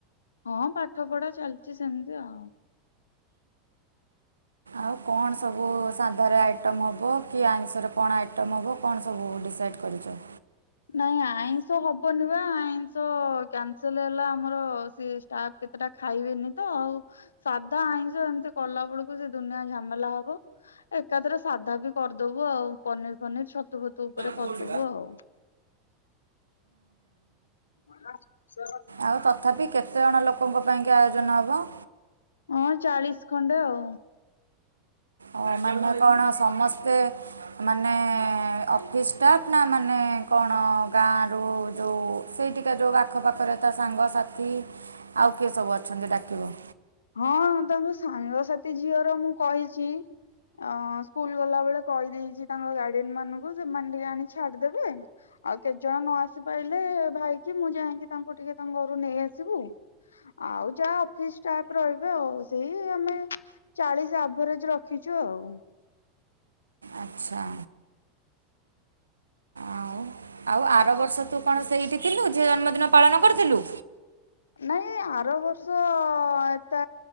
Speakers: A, on the left (about 75°); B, on the right (about 80°).
A: ହଁ ପାଠ ପଢା ଚାଲିଛି ସେମିତି ଆଉ।
B: ଆଉ କଣ ସବୁ ସାଧାରେ ଆଇଟମ୍ ହବ କି ଆଇଁଷରେ କଣ ଆଇଟମ୍ ହବ କଣ ସବୁ ଡିସାଇଡ୍ କରିଛ।
A: ନାଇଁ ଆଇଁଷ ହବନି ବା ଆଇଁଷ କ୍ୟାନସେଲ ହେଲା ଆମର ସେ ଷ୍ଟାଫ୍ କେତେଟା ଖାଇବେନି ତ ଆଉ ସାଧା ଆଇଁଷ ଏମିତି କଲା ବେଳକୁ ସେ ଦୁନିଆ ଝାମେଲା ହବ ଏକାଥରେ ସାଧା ବି କରିଦବୁ ଆଉ ପନିର ଫନିର ଛତୁ ଫତୁ ଉପରେ
B: ହୁଁ
A: କରଦବୁ
B: ହୁଁ
A: ଆଉ। <unintelligible>
B: ଆଉ ତଥାପି କେତେଜଣ ଲୋକଙ୍କ ପାଇଁକି ଆୟୋଜନ ହବ?
A: ହଁ ଚାଳିଶ ଖଣ୍ଡେ ଆଉ।
B: ହଁ ମାନେ କଣ ସମସ୍ତେ ମାନେ ଅଫିସ୍ ଷ୍ଟାଫ୍ ନା ମାନେ କଣ ଗାଆଁ ରୁ ଯୋଉ ସେଇଠିକା ଯୋଉ ଆଖ ପାଖରେ ତା ସାଙ୍ଗ ସାଥ୍ ଥି ଆଉ କିଏ ସବୁ ଅଛନ୍ତି ଡାକିବ?
A: ହଁ ତାଙ୍କ ସାଙ୍ଗସାଥି ଝିଅର ମୁଁ କହିଛି ଅ ସ୍କୁଲ ଗଲା ବେଳେ କହିଦେଇଛି ତାଙ୍କ ଗାର୍ଡିଆନ ମାନଙ୍କୁ ସେମାନେ ଟିକେ ଆଣି ଛାଡିଦେବେ। ଆଉ କେତେ ଜଣ ନ ଆସି ପାରିଲେ ଭାଇ କି ମୁଁ ଯାଇକି ତାଙ୍କୁ ଟିକେ ତାଙ୍କ ଘରୁ ନେଇ ଆସିବୁ। ଆଉ ଯାହା ଅଫିସ୍ ଷ୍ଟାଫ୍ ରହିବେ ଆଉ ସେଇ ଆମେ ଚାଳିଶ ଆଭରେଜ ରଖିଛୁ ଆଉ।
B: ଆଚ୍ଛା। ଆଉ ଆଉ ଆର ବର୍ଷ ତୁ କଣ ସେଇଠି ଥିଲୁ ଝିଅ ଜନ୍ମଦିନ ପାଳନ କରିଥିଲୁ?
A: ନାଇଁ ଆର ବର୍ଷ ଏତେ